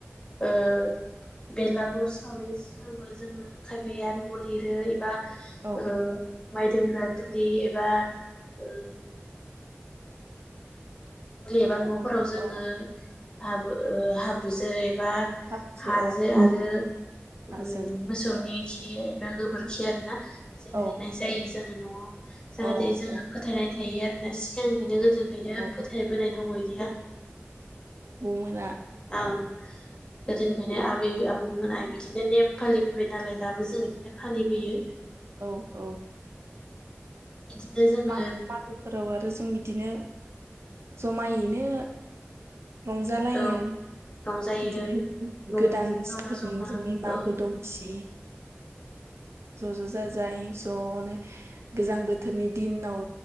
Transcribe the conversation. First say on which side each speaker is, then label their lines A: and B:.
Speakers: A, on the left (about 20°); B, on the right (about 70°).
A: ओ बेलागुर सावनायनि सिगांबो जोंङो खायफाया न लिरो एबा।
B: औ
A: ओ। माइ दोनग्रा दुलि एबा ओ। दुलि एबा न'फोराव
B: औ
A: जोंङो।
B: औ
A: हाब ओ हाब्रुजो एब। एबा
B: हाब्रुजो
A: हाजो
B: औ
A: आरो
B: हाजों
A: ओम मोसौनि। खि गोबोरखि आरोना। बेजों
B: औ
A: लिरनाय जायो जों। जो न'आव। जाहाथे
B: औ
A: जोंङो
B: औ
A: फोथायनाय थायो आ। <unintelligible> सिगांनिफ्रायनो गोदोनिफ्रायनो।
B: <inaudible>
A: फोथायबोनाय दङ इदिया
B: मोना।
A: आं गोदोनिफ्रायनो आबै आबौमोनहा बिदिनो नेम फालिबोबाय नालाय। दाबो जों इदिनो फालिबोयो।
B: औ औ।
A: बिदिनो जोङो
B: माग मागोफोराव आरो जों बिदिनो जमायैनो रंजालायो
A: औ रंजायो
B: बिदिनो
A: न'निजों
B: गोदान बोसोर
A: जमा जमा
B: जोंनि मागो
A: औ
B: दमासि ज' ज' जाजाय ज'नो गोजां बोथोर नि दिनाव